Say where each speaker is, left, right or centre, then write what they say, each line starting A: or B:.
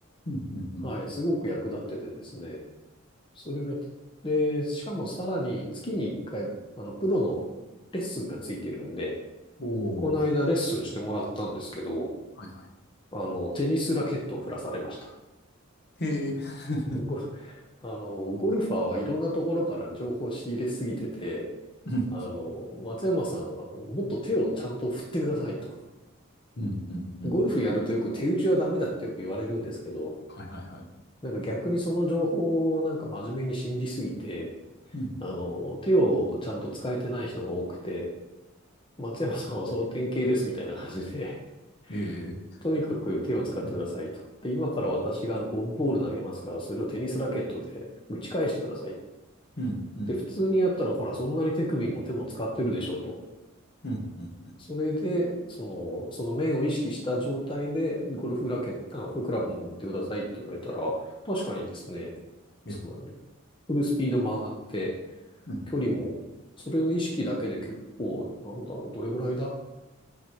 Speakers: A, on the left; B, on the left.
A: うんうんうん。
B: はい、すごく役立っててですね、それをやって、で、しかもさらに月に1回、あの、プロのレッスンがついてるんで、
A: おお。
B: この間レッスンしてもらったんですけど、
A: はいはい。
B: あの、テニスラケットを振らされました。
A: へえ。
B: ゴあの、ゴルファーはいろんなところから情報を仕入れすぎてて、
A: <laughs> うん
B: あの、松山さんはもっと手をちゃんと振ってくださいと。
A: うんうんうんうん。
B: ゴルフやるとよく手打ちはダメだってよく言われるんですけど、
A: はいはいはい。
B: なんか逆にその情報をなんか真面目に信じすぎて、
A: うん。
B: あの、手をちゃんと使えてない人が多くて、松山さんはその典型ですみたいな感じで、
A: ええ。
B: <laughs> とにかく手を使ってくださいと。
A: うん
B: で、今から私があのゴンボール投げますから、それをテニスラケットで打ち返してください。
A: うんうん
B: で、普通にやったらほら、そんなに手首も手も使ってるでしょと。
A: うんうん。
B: それで、その、その面を意識した状態で、ゴルフラケット、あ、フクラブも打ってくださいって言われたら、確かにですね、
A: え、
B: その、フルスピードも上がって、
A: うん。
B: 距離も、それの意識だけで結構、なんだろう、どれぐらいだ